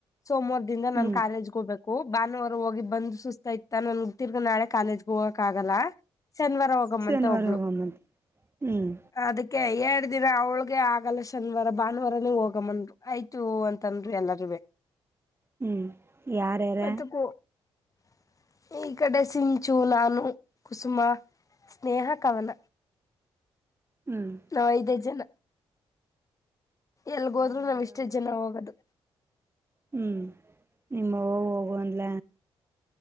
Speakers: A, on the left (about 25°); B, on the right (about 20°).
A: ಸೋಮವಾರ ದಿಂದ ನಾನ್
B: ಹ್ಮ್
A: ಕಾಲೇಜ್ಗೆ ಹೋಗ್ಬೇಕು ಟು ಭಾನುವಾರ ಹೋಗಿ ಬಂದ್ ಸುಸ್ತ ಇತಾನನ್ ತಿರ್ಗ ನಾಳ ಕಾಲೇಜ್ಗೆ ಹೋಗಕ್ ಆಗಲ್ಲ ಶನಿವಾರ ಹೋಗಮ್ಮಂತ
B: ಶನಿವಾರ
A: ಒಬ್ಳು
B: ಹೋಗಮ್ಮಂತೆ ಹ್ಮ್
A: ಅದಕ್ಕೆ ಎ ಅವ್ಳಗೆ ಆಗಲ್ಲ ಶನಿವಾರ ಭಾನುವಾರನೇ ಹೋಗಮ್ಮನ್ರು ಆಯ್ತು ಅಂತನ್ರು ಎಲ್ಲರೂವೆ
B: ಹ್ಮ್ ಯಾರ್ಯಾರ
A: ಮತ್ತೆ <unintelligible> ಈ ಕಡೆ ಸಿಂಚು ನಾನು ಕುಸುಮ ಸ್ನೇಹ ಕವನ
B: ಹ್ಮ್
A: ನಾ ಐದೆ ಜನ ಎಲ್ಗೋದ್ರು
B: ಯಾರ್ಯಾರು
A: ನಾವ್ ಇಷ್ಟೇ ಜನ ಹೋಗದು
B: ಹ್ಮ್ ನಿಮ್ಮವ್ವ ಹೋಗು ಅಂದ್ಲ